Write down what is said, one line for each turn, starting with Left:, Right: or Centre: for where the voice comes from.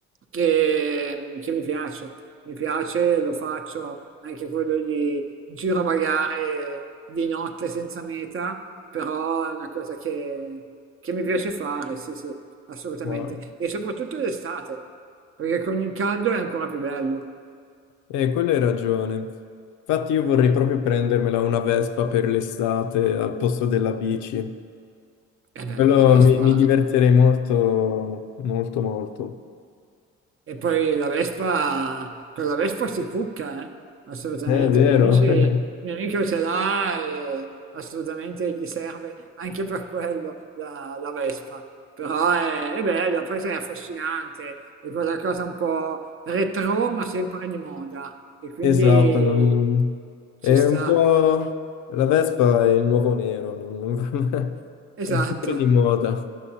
Right: che, che mi piace, mi piace, lo faccio anche quello di girovagare di notte senza meta, però è una cosa che, che mi piace fare, sì, sì, assolutamente,
Left: Wow.
Right: e soprattutto d'estate, perché con il caldo è ancora più bello.
Left: Eh, quello hai ragione. Infatti io vorrei proprio prendermela una Vespa per l'estate al posto della bici.
Right: E beh,
Left: Quello
Right: la Vespa
Left: mi, mi divertirei molto, molto, molto.
Right: E poi la Vespa, con la Vespa si cucca, eh? Assolutamente,
Left: Eh, È vero.
Right: miei amici,
Left: <laughs>
Right: mio amico ce l'ha e assolutamente gli serve anche per quello la, la Vespa. Però è, è bella, poi sai, è affascinante, è quella cosa un po' retro ma sempre di moda e quindi
Left: Esatto. non-
Right: ci
Left: È
Right: sta,
Left: un po'... La Vespa è il nuovo nero, non- non- <laughs>
Right: esatto.
Left: è sempre di moda.